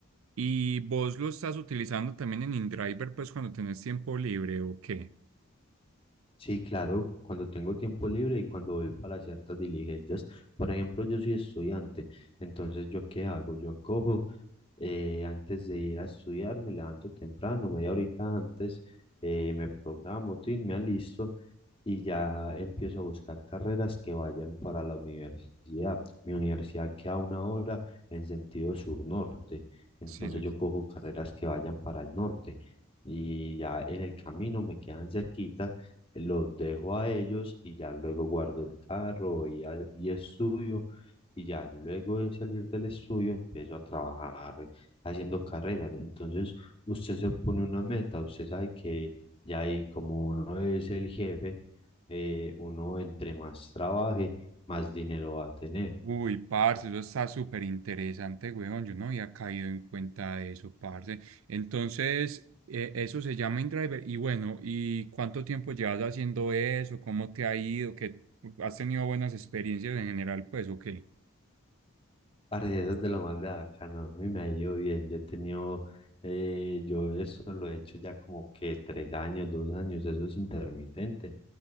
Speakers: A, on the right; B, on the left.
A: y vos lo estás utilizando también en InDriver pues cuando tenés tiempo libre o qué.
B: Sí, claro, cuando tengo tiempo libre y cuando voy para ciertas diligencias, por ejemplo, yo soy estudiante, entonces ¿yo qué hago? Yo cojo eh, antes de ir a estudiar, me levanto temprano, media horita antes, eh, me programo, tin, me alisto y ya empiezo a buscar carreras que vayan para la universidad. Mi universidad queda a una hora en sentido sur-norte, entonces
A: Sí, sabes.
B: yo cojo carreras que vayan para el norte y ya en el camino me quedan cerquita. Los dejo a ellos y ya luego guardo el carro y, a- y estudio y ya luego de salir del estudio empiezo a trabajar haciendo carreras. Entonces, usted se pone una meta, usted sabe que ya ahí, como uno es el jefe, eh, uno entre más trabaje, más dinero va a tener.
A: Uy, parce, eso está súper interesante, weón. Yo no había caído en cuenta de eso, parce. Entonces, eh, eso se llama InDriver. Y bueno, ¿y cuánto tiempo llevas haciendo eso? ¿Cómo te ha ido? ¿Qué, has tenido buenas experiencias en general, pues, o qué?
B: Parce, eso es de lo más de bacano. A mí me ha ido bien. Yo he tenido, eh, yo eso lo he hecho ya como que tres años, dos años. Eso es intermitente.